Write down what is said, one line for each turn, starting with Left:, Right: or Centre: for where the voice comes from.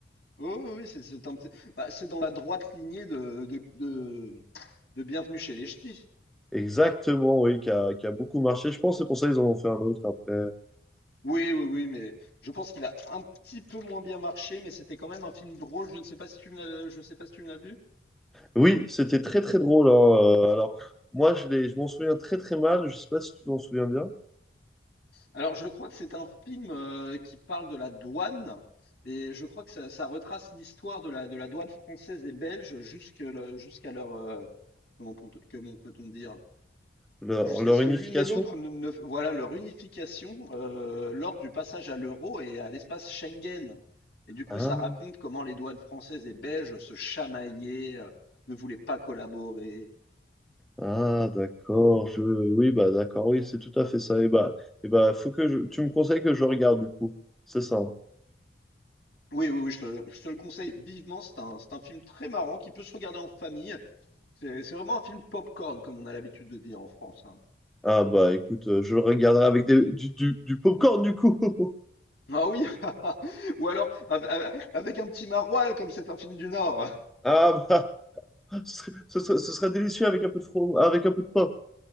Left: Oui, oui, oui, c'est c'est un petit- bah, c'est dans la droite lignée de, de, de, de Bienvenue chez les Ch'tis.
Centre: Exactement, oui, qui a, qui a beaucoup marché. Je pense que c'est pour ça qu'ils en ont fait un autre après.
Left: Oui, oui, oui, mais je pense qu'il a un petit peu moins bien marché, mais c'était quand même un film drôle. Je ne sais pas si tu l'as, je sais pas si tu l'as vu.
Centre: Oui, c'était très très drôle. hein. Euh, Alors, moi, je l'ai, je m'en souviens très très mal. Je sais pas si tu t'en souviens bien.
Left: Alors, je crois que c'est un film euh, qui parle de la douane, et je crois que ça, ça retrace l'histoire de la, de la douane française et belge jusque le- jusqu'à leur, euh, comment peut, comment peut-on dire,
Centre: Leur,
Left: jusqu'à
Centre: leur
Left: ce
Centre: unification?
Left: que l'une et l'autre ne, ne- voilà leur unification euh, lors du passage à l'euro et à l'espace Schengen. Et du coup,
Centre: Ah,
Left: ça raconte comment les douanes françaises et belges se chamaillaient, euh, ne voulaient pas collaborer.
Centre: ah, d'accord, je... Oui, bah d'accord, oui, c'est tout à fait ça. Et bah, et bah, faut que je... Tu me conseilles que je regarde, du coup. C'est ça. hein.
Left: Oui, oui, oui, je te, je te le conseille vivement. C'est un, c'est un film très marrant qui peut se regarder en famille. C'est c'est vraiment un film popcorn, comme on a l'habitude de dire en France, hein.
Centre: Ah bah, écoute, euh, je le regarderai avec des- du, du, du popcorn, du coup. <laughs>
Left: Ah oui, <laughs> ou alors ave- ave- avec un petit maroilles, comme c'est un film du Nord.
Centre: Ah bah, ce serait, ce serait, ce serait délicieux avec un peu de from avec un peu de pain.